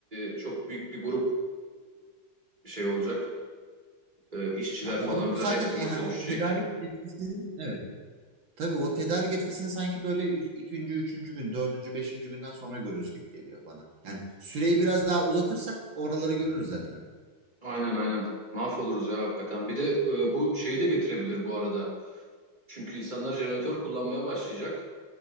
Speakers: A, on the right; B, on the right.
A: e, çok büyük bir grup e, şey olacak. E, işçiler
B: Ya onun
A: falan filan
B: zaten
A: hepsi
B: e,
A: boşa
B: hani
A: düşecek.
B: o tedarik etkisini evet. Tabii o tedarik etkisini sanki böyle ü- ikinci, üçüncü gün, dördüncü, beşinci günden sonra görürüz gibi geliyor bana. Yani süreyi biraz daha uzatırsak oraları görürüz zaten hemen.
A: Aynen aynen. Mahvoluruz ya hakikaten. Bir de e, bu şeyi de getirebilir bu arada. Çünkü insanlar jeneratör kullanmaya başlayacak.